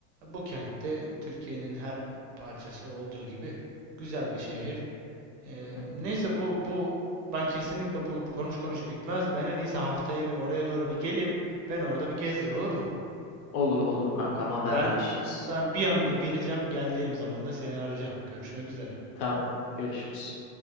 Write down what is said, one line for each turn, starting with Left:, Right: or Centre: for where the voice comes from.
Right: bu kentte Türkiye'nin her parçası olduğu gibi güzel bir şehir. E,
Left: Hmm.
Right: neyse bu bu ben kesinlikle bu konuş konuş bitmez. Ben en iyisi haftaya bir oraya doğru bir geleyim. Ben orada bir gezdir olur mu?
Left: Olur olur kankam haberleşiriz.
Right: Ben ben bir anda geleceğim. Geldiğim zaman da seni arayacağım. Görüşmek üzere.
Left: Tamam görüşürüz.